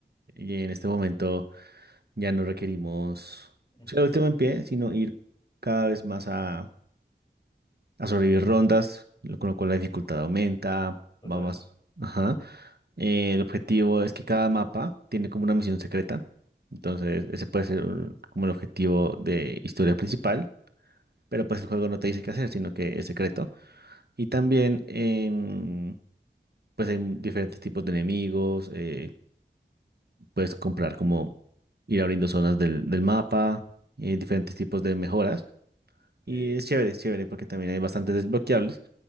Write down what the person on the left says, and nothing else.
Ujú,
Total,
sí.